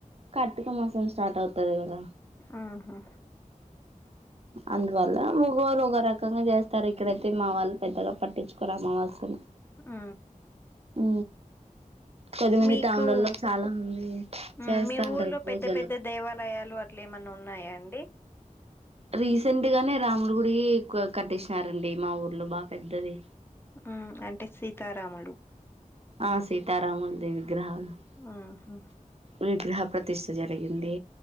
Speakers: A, on the right (about 50°); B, on the left (about 15°).
A: కార్తిక మోసం స్టార్ట్ అవుతది కద
B: ఆహా
A: అందువల్ల ఓగోరు <unintelligible> చేస్తారు ఇక్కడైతే మా వాళ్ళు పెద్దగా పట్టించుకోరు <unintelligible>
B: ఆ
A: ఆ కొదిమంది
B: మీకు
A: టౌన్లలో చాలా మంది
B: ఉమ్
A: చేస్తాంటారు
B: మీ ఊర్లో
A: పూజలు
B: పెద్ద పెద్ద దేవాలయాలు అట్ల ఏమన్నా ఉన్నాయా అండి
A: రీసెంట్ గానే రాముడి గుడి క కట్టేసారండి మా ఊర్లో బాగ పెద్దది
B: ఊ అంటే సీతారాములు
A: ఆ సీతారముల్ది <unintelligible>
B: ఆహా
A: విగ్రహ ప్రతిష్ట జరిగింది